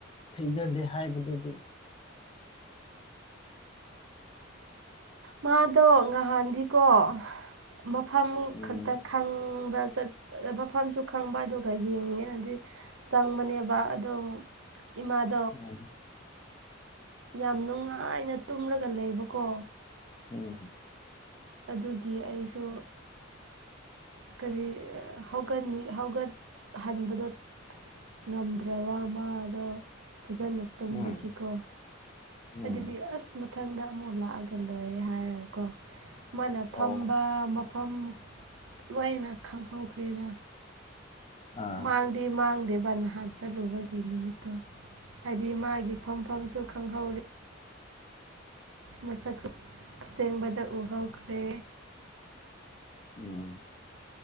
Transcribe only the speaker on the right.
ꯃꯥꯗꯣ ꯉꯍꯥꯟꯗꯤꯀꯣ ꯃꯐꯝ
ꯈꯛꯇ ꯈꯪꯕ ꯆꯠ ꯃꯐꯝꯁꯨ ꯈꯪꯕ ꯑꯗꯨꯒ ꯌꯦꯡꯒꯦꯅꯗꯤ ꯆꯪꯕꯅꯦꯕ ꯑꯗꯝ ꯏꯃꯥꯗ‌ꯣ
ꯌꯥꯝ ꯅꯨꯡꯉꯥꯏꯅ ꯇꯨꯝꯔꯒ ꯂꯩꯕꯀꯣ
ꯑꯗꯨꯒꯤ ꯑꯩꯁꯨ ꯀꯔꯤ ꯍꯧꯒꯅꯤ ꯍꯧꯒꯠꯍꯟꯕꯗꯣ ꯉꯝꯗ꯭ꯔꯕ ꯑꯃꯗꯣ ꯐꯖꯅ ꯇꯨꯝꯕꯒꯤꯀꯣ
ꯑꯗꯨꯒꯤ ꯑꯁ ꯃꯊꯪꯗ ꯑꯃꯨꯛ ꯂꯥꯛꯑꯒ ꯂꯣꯏꯔꯦ ꯍꯥꯏꯔꯒꯦꯀꯣ ꯃꯥꯅ ꯐꯝꯕ
ꯃꯐꯝ ꯂꯣꯏꯅ ꯈꯪꯍꯧꯈ꯭ꯔꯦꯅ
ꯃꯥꯡꯗꯤ ꯃꯥꯡꯗꯦꯕ ꯅꯍꯥꯟ ꯆꯠꯂꯨꯕꯒꯤ ꯅꯨꯃꯤꯠꯇꯣ ꯍꯥꯏꯗꯤ ꯃꯥꯒꯤ ꯐꯝꯐꯝꯁꯨ ꯈꯪꯍꯧ ꯃꯁꯛꯁꯨ ꯑꯁꯦꯡꯕꯗ ꯎꯍꯧꯈ꯭ꯔꯦ